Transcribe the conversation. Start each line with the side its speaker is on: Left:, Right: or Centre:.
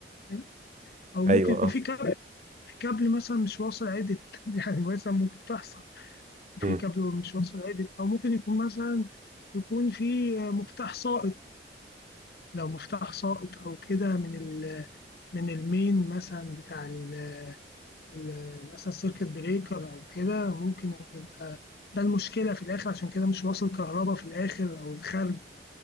Left: فاهم؟ او ممكن
Right: ايوه
Left: يكون
Right: اه
Left: في كابل في كابل مثلا مش واصل عدل <laughs> يعني مثلا ممكن تحصل وفي
Right: مم.
Left: كابل مش واصل عدل او ممكن يكون مثلا يكون في مفتاح سائط لو مفتاح سائط او كده من ال من المين مثلا بتاع ال ال- مثلا سيركت بريكر او كده ممكن يبقى ده المشكله في الاخر عشان كده مش واصل كهرباء في الاخر او الخارج